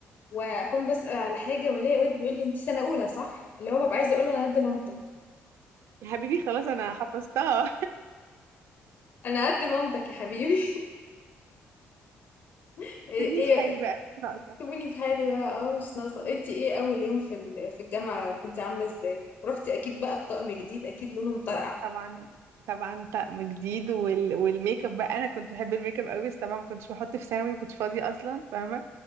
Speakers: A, on the left; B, on the right.
A: وأكون بسأل على حاجة وألاقي واد بيقول لي انت سنة أولى صح؟ اللي هو ببقى عايزة أقول له أنا قد مامتك
B: يا حبيبي خلاص انا حفظتها
A: انا قد مامتك يا حبيبي <laughs> ايه
B: سيبني
A: إيه،
B: في حالي بقى مش ناقصه
A: سيبوني في حالي بقى اه مش ناقصه انت ايه اول يوم في ال- في الجامعه كنت عامله ازاي رحتي اكيد بقى بطقم جديد اكيد لونه مطرقع
B: طبعا طبعا طقم جديد وال... والميك اب بقى انا كنت بحب الميك اب قوي بس طبعا ما كنتش بحط في ثانوي ما كنتش فاضيه اصلا فاهمه